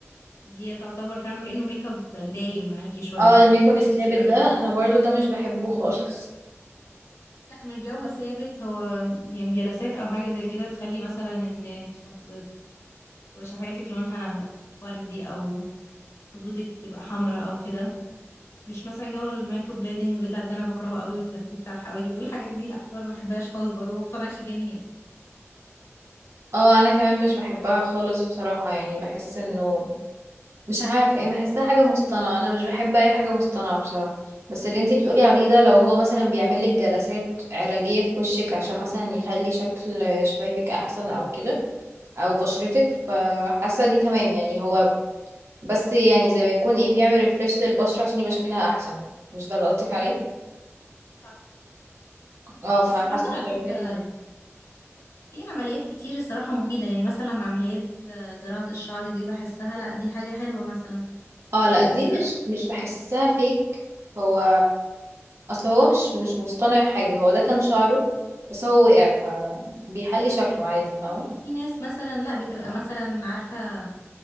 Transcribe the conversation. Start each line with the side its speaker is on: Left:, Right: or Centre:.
Left: دي تعتبر فاهمة كأنه ميك اب دايم معاكي شوية
Right: اه الميك
Left: ده
Right: اب الثابت
Left: انت ايه رأيك
Right: ده
Left: فيه؟
Right: انا برضو ده مش بحبه خالص
Left: لا مش
Right: <laughs>
Left: جو ثابت هو يعني جلسات او حاجة زي كده تخلي مثلا ان شف... شفايفك لونها وردي او خدودك تبقى حمراء او كده مش مثلا جو المايكرو بليدنج لا ده انا بكرهه قوي والتاتو بتاع الحواجب والحاجات دي لا ما بحبهاش خالص برضه ما بقتنعش بيها نهائي
Right: اه انا كمان مش بحبها خالص بصراحة يعني بحس انه مش عارفة ايه بحسها حاجة مصطنعة انا مش بحب اي حاجة مصطنعة بصراحة بس اللي انتي بتقولي عليه ده لو هو مثلا بيعمل لك جلسات علاجية في وشك عشان مثلا يخلي شكل شفايفك احسن او كده او بشرتك فحاسه دي تمام يعني هو بس يعني زي ما يكون ايه بيعمل ريفريش للبشره عشان يبقى شكلها احسن مش ده اللي قصدك عليه
Left: صح
Right: اه فحاسه
Left: بس برضه
Right: إن
Left: على فكرة
Right: لو كده تمام
Left: في عمليات كتير الصراحة مفيدة يعني مثلا عمليات آه، زراعة الشعر دي بحسها لا دي حاجة حلوة مثلا
Right: اه
Left: بحسها
Right: لا دي مش مش بحسها فيك هو اصل هو مش مش مصطنع حاجه هو ده كان شعره بس هو وقع فبيحلي شكله عادي فاهمه
Left: في في ناس مثلا لا بتبقى مثلا عارفة